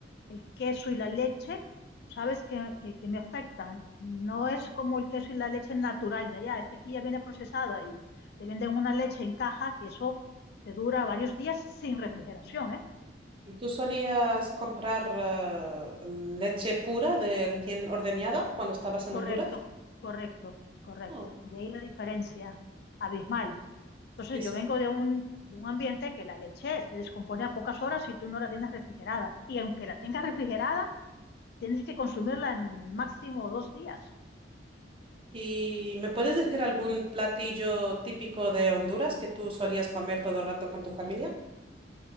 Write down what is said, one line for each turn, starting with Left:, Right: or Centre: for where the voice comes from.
Left: el queso y la leche, sabes que, que, que me afectan. No es como el queso y la leche natural de allá, es que aquí ya viene procesada y te venden una leche en caja que eso te dura varios días sin refrigeración, ¿eh?
Right: ¿Y tú solías comprar eh, leche pura de recién ordeñada cuando estabas
Left: Correcto,
Right: en Honduras?
Left: correcto, correcto.
Right: Oh,
Left: De ahí la diferencia abismal. Entonces
Right: sí,
Left: yo
Right: sí.
Left: vengo de un, de un ambiente que la leche se descompone a pocas horas si tú no la tienes refrigerada. Y aunque la tengas refrigerada, tienes que consumirla en máximo dos días.
Right: ¿Y me
Left: Y,
Right: puedes decir algún platillo típico de Honduras que tú solías comer todo el rato con tu familia?